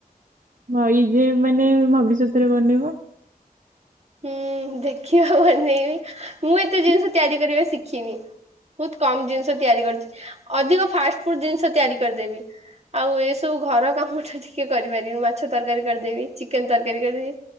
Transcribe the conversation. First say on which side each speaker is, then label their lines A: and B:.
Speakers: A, on the right; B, on the right.
A: ଭଇ ଯେ ମାନେ ଭବିଷ୍ୟତରେ ବନେଇବ।
B: ହୁଁ ଦେଖିବା ବନେଇବି ମୁଁ ଏତେ ଜିନଷ
A: ହୁଁ
B: ତିଆରି କରିବା ଶିଖିନି। ବୋହୁତ କମ ଜିନଷ ତିଆରି କରଚି ଅଧିକ ଫାଷ୍ଟଫୁଡ ଜିନଷ ତିଆରି କରଦେବି। ଆଉ ଏସବୁ ଘର କାମଟା ଟିକେ କରିପାରିବି ମାଛ ତରକାରୀ କରଦେବି ଚିକେନ ତରକାରୀ କରିବି।